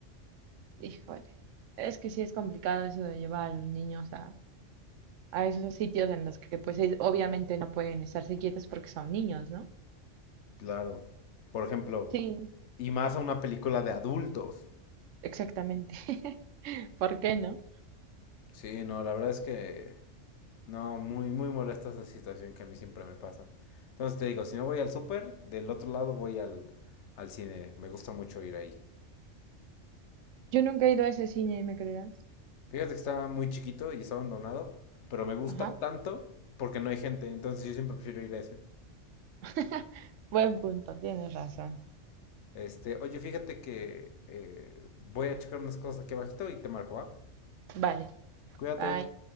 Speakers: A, on the right (about 80°); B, on the left (about 70°).
A: Híjole. Es que sí es complicado eso de llevar a los niños a, a esos sitios en los que pues ellos obviamente no pueden estarse quietos porque son niños, ¿no?
B: Claro. Por ejemplo,
A: Sí,
B: y más a una película de adultos.
A: exactamente. <laughs> ¿Por qué no?
B: Sí, no, la verdad es que... No, muy, muy molesta esa situación que a mí siempre me pasa. Entonces te digo, si no voy al súper, del otro lado voy al, al cine. Me gusta mucho ir ahí.
A: Yo nunca he ido a ese cine, ¿me creerás?
B: Fíjate que está muy chiquito y está abandonado, pero me gusta
A: Ajá.
B: tanto porque no hay gente, entonces yo siempre prefiero ir a ese.
A: <laughs> Buen punto, tienes razón.
B: Este, oye, fíjate que eh, voy a checar unas cosas aquí abajito y te marco, ¿va?
A: Vale,
B: Cuídate.
A: bye.